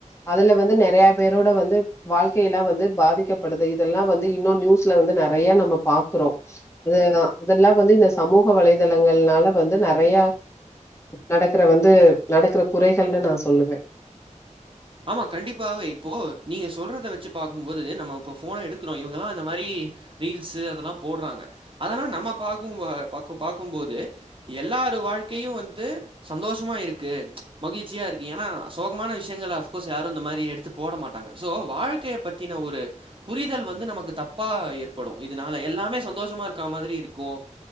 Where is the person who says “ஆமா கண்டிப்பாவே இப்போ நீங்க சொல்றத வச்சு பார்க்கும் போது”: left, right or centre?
Right